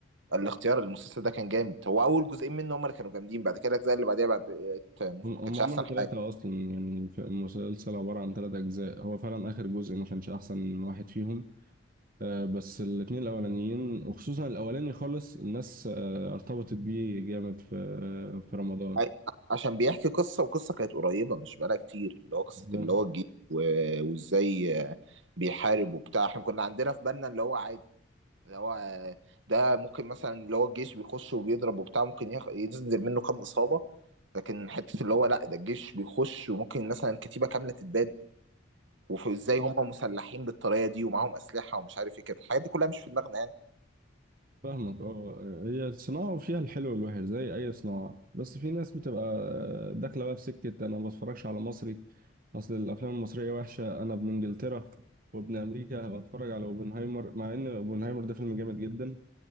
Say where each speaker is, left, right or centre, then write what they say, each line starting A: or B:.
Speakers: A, on the right; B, on the right.
A: الاختيار المسلسل ده كان جامد هو اول جزئين منه هم اللي كانوا جامدين بعد كده الاجزاء اللي بعديها بعد
B: هم
A: ما
B: هم
A: كانتش
B: عملوا
A: احسن
B: ثلاثة
A: حاجه
B: أصلا يعني في- المسلسل عبارة عن ثلاثة أجزاء هو فعلا آخر جزء ما كانش أحسن واحد فيهم آه بس الاتنين الأولانيين وخصوصا الأولاني خالص الناس آه ارتبطت بيه جامد في آه، في رمضان
A: أي- عشان بيحكي قصة وقصة كانت قريبة مش بقالها كتير اللي هو قصة
B: ده.
A: اللي هو الجيش و- وازاي آه، بيحارب وبتاع احنا كنا عندنا في بالنا اللي هو عادي اللي هو آه، ده ممكن مثلا اللي هو الجيش بيخش وبيضرب وبتاع ممكن ياخ- ينزل منه كام إصابة لكن حتة اللي هو لا ده الجيش بيخش وممكن مثلا كتيبة كاملة تتباد وازاي هم مسلحين بالطريقة دي ومعاهم أسلحة ومش عارف ايه كده الحاجات دي كلها مش في دماغنا
B: فاهمك اه هي الصناعة وفيها الحلو والوحش زي أي صناعة بس في ناس بتبقى داخلة بقى في سكة أنا ما بتفرجش على مصري أصل الأفلام المصرية وحشة أنا ابن إنجلترا وابن أمريكا بتفرج على أوبنهايمر مع إن أوبنهايمر ده فيلم جامد جدا